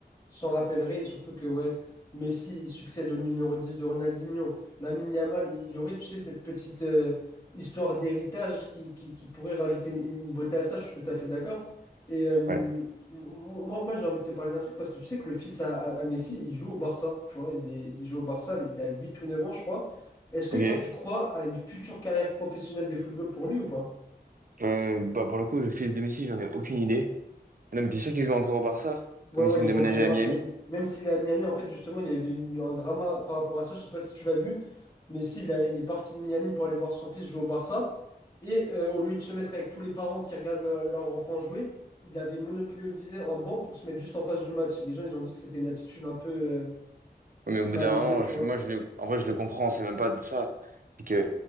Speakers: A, on the left (about 20°); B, on the right (about 55°).
A: s'en rappellerait, et surtout que ouais, Messi il succède au numéro 10 de Ronaldinho. Lamine Yamal, il y aurait, tu sais, cette petite euh, histoire d'héritage qui, qui, qui pourrait rajouter une, une beauté à ça, je suis tout à fait d'accord. Et euh, m-
B: Ouais.
A: moi, moi j'ai envie de te parler d'un truc parce que tu sais que le fils à, à- à Messi, il joue au Barça, tu vois, il, est- il joue au Barça, il a 8 ou 9 ans, je crois. Est-ce que
B: Ok.
A: toi, tu crois à une future carrière professionnelle de football pour lui ou pas?
B: Euh, bah, pour le coup, le fils de Messi, j'en ai aucune idée. Ah Non, mais t'es sûr qu'il joue encore au Barça?
A: Ouais,
B: Comme
A: ouais,
B: ils sont
A: il
B: déménagés
A: joue encore en bas.
B: à Miami?
A: Même, même s'il est à Miami, en fait, justement, il y avait une- un drama par rapport à ça. Je sais pas si tu l'as vu, mais s'il a- il est parti de Miami pour aller voir son fils jouer au Barça. Et euh, au lieu de se mettre avec tous les parents qui regardent leur, leur enfant jouer, il avait monopolisé un banc pour se mettre juste en face du match. Et les gens, ils ont dit que c'était une attitude un peu euh,
B: Oui,
A: mal
B: mais au bout d'un
A: élevée,
B: moment,
A: tu
B: je-
A: vois.
B: moi, je le, en vrai, je le comprends, c'est même pas de ça. C'est que